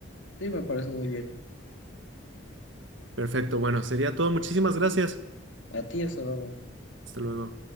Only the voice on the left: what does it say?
Sí, me parece muy bien.
A ti, hasta luego.